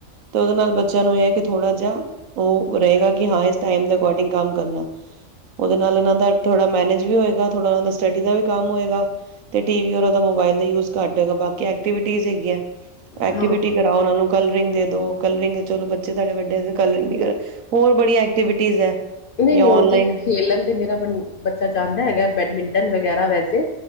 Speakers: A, on the right; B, on the left.
A: ਤੇ ਦੇ ਨਾਲ ਬੱਚਿਆਂ ਨੂੰ ਇਹ ਕੇ ਥੋੜਾ ਜ ਉਹ ਰਹੇ ਕਿ ਹਾਂ ਇਸ ਟਮ ਅਕੋਡਿੰਗ ਕੰਮ ਕਰਨਾ -ਓਦੇ ਨਾਲਨਾਂ ਦਾ ਥੋਾ ਮੈਨੇਜ ਵੀ ਹੋ ਗ ਸਟਡੀ ਦਾ ਵੀ ਕੰਮ ਹੋਗਾ ਟੀ ਮੋਬਲ ਦਾ ਯੂਜ ਘਟ ਹੋਗਾ ਬਾਕੀ ਐਕਟੀਵਿਟੀ ਹਾ ਗਿਆ। ਐਕਟੀਵਿਟੀ
B: ਹਾਂ
A: ਕਰਾ ਉਹਨਾਂ ਨੂੰ ਕੱਲ ਦੇ ਦੋ ਕਲਰਿੰਗ ਹੈ। ਚਲੋ ਬੱਚੇ ਤੁਹਾਡੇ ਵੱਡੇ ਕਲਿੰਗ ਨ ਕਰੇ ਹੋਰ ਬੜੀਆਂ ਐਕਟੀਵਿਟੀਜ਼ ਹੈ।
B: ਨਹੀਂ,
A: ਜਾਂ
B: ਨਹੀਂ
A: ਔਨਲਾਈਨ
B: ਉਹ ਤੇ ਖੇਲਣ ਤੇ ਮੇਰਾ ਬੱਚਾ ਚਾਹੁੰਦਾ ਹੈਗਾ ਬੈਡਮਿੰਟਨ ਵ ਗਿਆਰਾਂ ਵੈਸੇ।